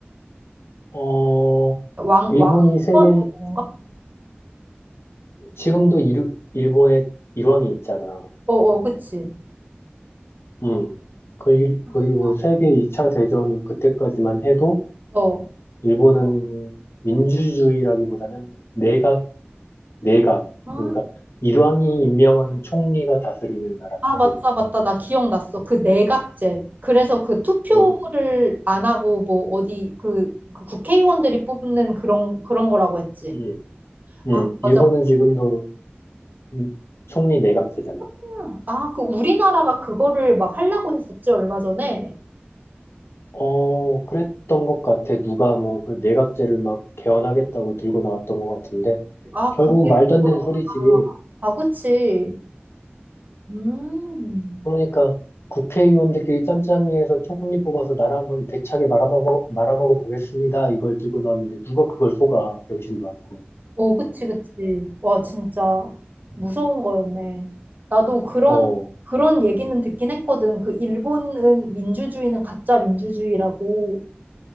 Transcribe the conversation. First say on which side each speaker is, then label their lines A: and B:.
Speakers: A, on the left (about 80°); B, on the right (about 45°).
A: 어,
B: 왕,
A: 일본이
B: 왕,
A: 세계,
B: 그가
A: 지금도 일, 일본의 일왕이 있잖아.
B: 어, 어, 그치.
A: 음, 그리- 그리고
B: 음,
A: 세계 2차 대전 그때까지만 해도
B: 어.
A: 일본은 민주주의라기보다는 내각, 내각.
B: 아,
A: 그러니까 일왕이 임명하는 총리가 다스리는 나라지.
B: 아, 맞다, 맞다. 나 기억났어. 그 내각제. 그래서 그 투표를
A: 음.
B: 안 하고, 뭐, 어디, 그, 그 국회의원들이 뽑는 그런, 그런 거라고 했지.
A: 음. 음,
B: 아,
A: 일본은
B: 맞아.
A: 지금도 음, 총리 내각제잖아.
B: 아, 아, 그 우리나라가 그거를 막 하려고 했었지, 얼마 전에.
A: 어, 그랬던 것 같아. 누가 뭐 그 내각제를 막 개헌하겠다고 들고 나왔던 것 같은데.
B: 아,
A: 결국은
B: 그게,
A: 말도 안
B: 그거
A: 되는 소리지.
B: 아, 그치. 음.
A: 그러니까 국회의원들끼리 짬짬이해서 총리 뽑아서 나라 한번 대차게 말아먹어, 말아먹어 보겠습니다. 이걸 들고 나왔는데 누가 그걸 속아. 병신도 아니고.
B: 오, 그치, 그치. 와, 진짜 무서운 거였네. 나도 그런,
A: 어,
B: 그런 얘기는 듣긴 했거든. 그 일본은 민주주의는 가짜 민주주의라고.